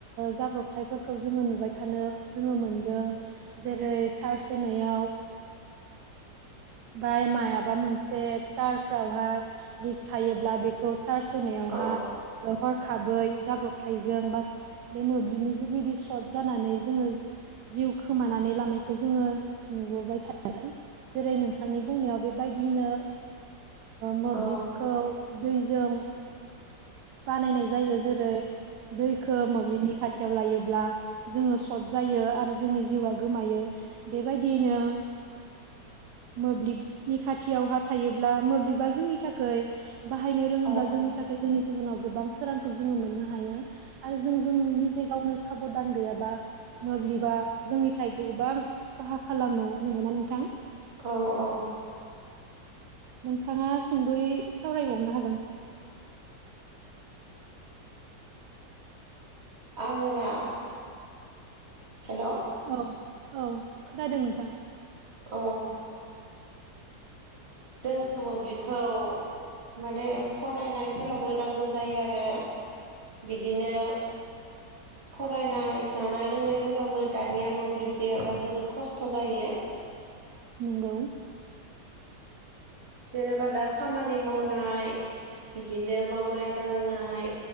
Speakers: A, on the right; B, on the right.
A: जाब्रबथायफोरखौ जोङो नुबाय थानो जोङो मोनदों जेरै चार्च होनायाव बेमाय मायाबा मोनसे तारफ्रावहा लिक थायोब्ला बेखौ सार्स होनायावहा
B: औ
A: हर खाबै जाब्रबथायजों बा बे मोब्लिबनि जुगैदि सर्ट जानानै जोङो जिउ खोमानानै लानायखौ जोङो। नुबोबाय थादों। जेरै नोंथां नोंथांनि बुंनायाव बेबायदियैनो मोब्लिबखौ
B: औ
A: दैजों। बानायनाय जायो जेरै दैखो मोब्लिबनि खाथियाव लायोब्ला जोङो सर्ट जायो आरो जोंनि जिउआ गोमायो बेबायदियैनो मोब्लिबनि खाथियावहा थायोब्ला मोब्लिबा जोंनि थाखाय बाहायनो रोङोब्ला
B: औ औ
A: जोंनि थाखाय जोंनि जिबनाव गोबां सोरांखौ जोङो मोननो हायो। आरो जों जों निजे गावनो साबधान गैयाबा मोब्लिबा जोंनि थाखाय गोबां खहा खालामो नंगौना नोंथां।
B: औ औ।
A: नोंथाङा सुंद'यै सावरायबावनो हागोन।
B: आङो ना। हेल' औ
A: औ औ खोनादों नोंथां।
B: औ। जोंनो मोब्लिबखौ माने फरायनायफोरावबो नांगौ जायो आरो बिदिनो फरायनाय जानाय लोंनायफोरावबो दानिया मोब्लिब गैयाबा जोबोद खस्थ' जायो।
A: नोंगौ।
B: जेनबा दा। खामानि मावनाय। बिदिनो मावनाय दांनाय